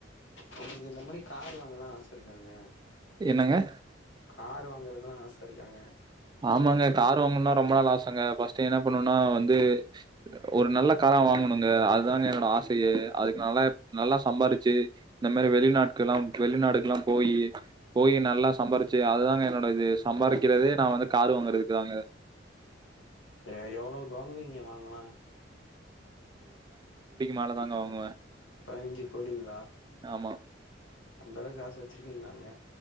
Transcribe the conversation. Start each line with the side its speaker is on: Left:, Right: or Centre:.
Left: உங்களுக்கு இந்த மாரி கார் வாங்களா ஆச இருக்காங்க
Right: என்னங்க
Left: காரு வாங்குறத்துல்லா ஆச இருக்காங்க
Right: ஆமாங்க கார் வாங்கணுனா ரொம்ப நாள் ஆசங்க ஃபஸ்ட்டு என்ன பண்ணணுனா வந்து ஒரு நல்ல கார வாங்கணுங்க அதுதாங்க என்னோட ஆசேயே அதுக்கு நல்லா நல்லா ஸ் சம்பாரிச்சு இந்த மாரி வெளிநாட்கள்ல்லா வெளிநாடுக்கு ல்லா போயி போயி நல்லா சம்பாரிச்சு அதுதாங்க என்னோட இது சம்பாரிக்கிறதே நா வந்து கார் வாங்குறதுக்கு தாங்க.
Left: எ எவ்ளோக்கு வாங்குவீங்க வாங்கனா
Right: மேல தாங்க வாங்குவேன்.
Left: பதினஞ்சு கோடிங்களா
Right: ஆமா.
Left: அந்த அளவுக்கு ஆச வச்சருக்கீங்களாங்க